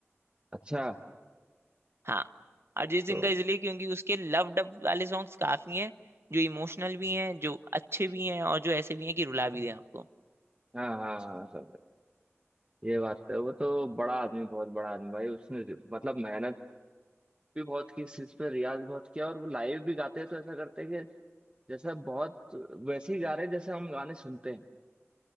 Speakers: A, on the right (about 20°); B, on the right (about 55°).
A: अच्छा
B: हाँ अरिजीत सिंह
A: तो
B: का इसलिए क्योंकि उसके लव डब वाले सॉन्ग्स काफी हैं जो इमोशनल भी हैं जो अच्छे भी हैं और जो ऐसे भी हैं कि रुला भी दें आपको
A: हाँ हाँ हाँ समझा। ये बात तो है वो तो बड़ा आदमी बहुत बड़ा आदमी भाई उसने मतलब मेहनत भी बहुत की इस चीज पे रियाज भी बहुत किया और वो लाइव भी गाते हैं तो ऐसा करते हैं कि जैसे बहुत वैसे ही गा रहे हैं जैसे हम गाने सुनते हैं